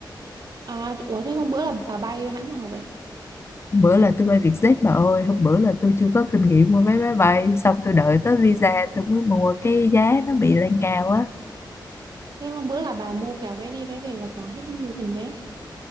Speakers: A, on the right; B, on the left.
A: À, ủa thế hôm bữa là bà bay hãng nào vậy?
B: Hôm bữa là tôi bay Vietjet bà ơi hôm bữa là tôi chưa có kinh nghiệm mua vé máy bay xong tôi đợi tới visa tôi mới mua cái giá nó bị lên cao á
A: Thế hôm bữa là bà mua cả vé đi vé về là khoảng hết nhiêu tiền vé?